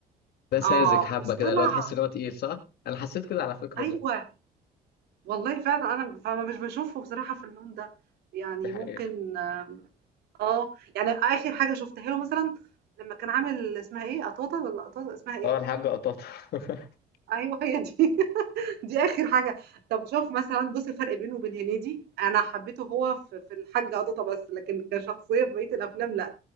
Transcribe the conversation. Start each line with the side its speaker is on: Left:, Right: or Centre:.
Left: ده ساذج
Right: آه،
Left: حبة
Right: مصطنع
Left: كده لو تحس ان هو تقيل صح انا حسيت كده على فكرة
Right: أيوه،
Left: بقى
Right: والله فعلًا أنا فما مش باشوفه بصراحة في اللون ده، يعني
Left: دي حقيقة
Right: ممكن آه، يعني آخر حاجة شُفتها له مثلًا لمّا كان عامل اسمها إيه، قطاطة والّا قطاطة اسمها إيه؟
Left: اه الحاجة قطاطة <laughs>
Right: أيوه هي دي، <laughs> دي آخر حاجة. طب شوف مثلًا بُص الفرق بينه وبين هنيدي، أنا حبيته هو في في الحاج قطاطة بس، لكن كشخصية في بقية الأفلام لأ،